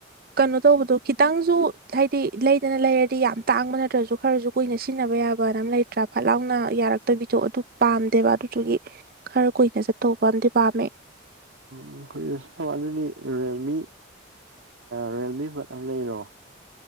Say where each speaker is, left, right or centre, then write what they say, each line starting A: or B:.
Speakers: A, on the right; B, on the right.
A: ꯀꯩꯅꯣ ꯇꯧꯕꯗꯣ ꯈꯤꯇꯪꯁꯨ ꯍꯥꯏꯗꯤ ꯂꯩꯗꯅ ꯂꯩꯔꯗꯤ ꯌꯥꯝ ꯇꯥꯡꯕ ꯅꯠꯇ꯭ꯔꯁꯨ ꯈꯔꯁꯨ ꯀꯨꯏꯅ ꯁꯤꯖꯤꯟꯅꯕ ꯌꯥꯕꯅ ꯑꯃ ꯂꯩ ꯐꯠ ꯂꯥꯎꯅ ꯌꯥꯔꯛꯇꯕꯤꯗꯣ ꯑꯗꯨ ꯄꯥꯝꯗꯦꯕ ꯑꯗꯨꯗꯨꯒꯤ ꯈꯔ ꯀꯨꯏꯅ ꯆꯠꯇꯧꯕ ꯑꯃꯗꯤ ꯄꯥꯝꯃꯦ
B: ꯑꯩꯈꯣꯏꯒꯤ ꯑꯗꯨꯗꯤ ꯔꯤꯌꯦꯜꯃꯤ ꯔꯤꯌꯦꯜꯃꯤ ꯕꯠ ꯑꯃ ꯂꯩꯔꯣ